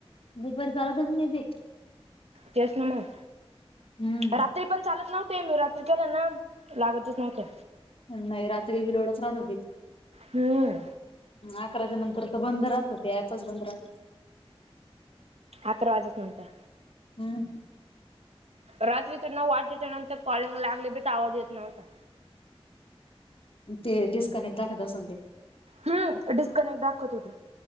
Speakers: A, on the left; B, on the right.
A: दुपारी चालतच नाही ते.
B: तेस ना मग.
A: हम्म
B: रात्री पण चालत नव्हते. मी रात्री केला ना लागतच नव्हते.
A: नाही रात्री बी लोडच राहतो बाई.
B: हम्म
A: अकराच्या नंतर तर बंद राहत ते, ऍपच बंद राहत.
B: अकरा वाजेपर्यंत
A: हम्म.
B: रात्री तर ना <unintelligible> त्या नंतर कॉलिंग लागले बी, ते आवाज येत नव्हता.
A: ते डिस्कनेक्ट दाखवत असन ते.
B: हा डिस्कनेक्ट दाखत होते.